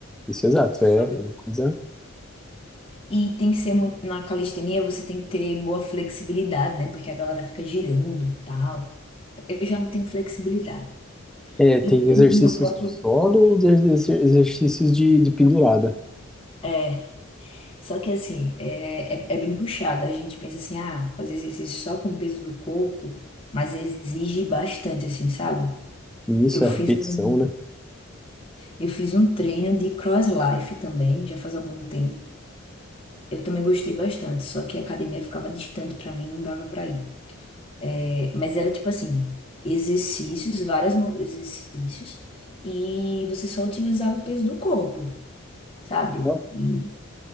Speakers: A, in the centre; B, on the left.
A: isso é exato. É
B: Só que-
A: uma coisa...
B: E tem que ser muito. Na calistenia você tem que ter boa flexibilidade, né? Porque a galera fica girando e tal. Eu já não tenho flexibilidade.
A: É, tem
B: E o peso
A: exercícios
B: do meu próprio.
A: de solo e exer- exercícios de, de pendurada.
B: É, só que assim, é, é, é bem puxado. A gente pensa assim, ah, fazer exercício só com o peso do corpo, mas exige bastante, assim, sabe?
A: E isso
B: Eu fiz
A: é repetição,
B: um,
A: né?
B: eu fiz um treino de cross life também, já faz algum tempo. Eu também gostei bastante, só que a academia ficava distante pra mim, não dava pra ir. É, mas era tipo assim, exercícios, vários exercícios, e você só utilizava o peso do corpo, sabe?
A: Legal.
B: e